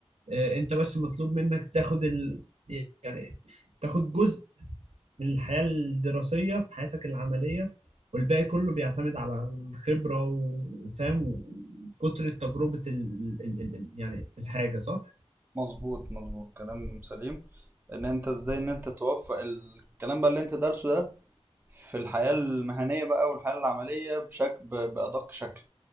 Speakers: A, on the right (about 75°); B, on the right (about 20°).
A: آه انت بس مطلوب منك تاخد ال... يعني تاخد جزء من الحياة الدراسية في حياتك العملية والباقي كله بيعتمد على الخبرة وفاهم وكتر تجربة ال... ال... ال... ال- يعني الحاجة صح؟
B: مظبوط مظبوط كلام سليم ان انت ازاي ان انت توفق الكلام بقى اللي انت دارسه ده في الحياة المهنية بقى والحياة العملية بشكل بأدق شكل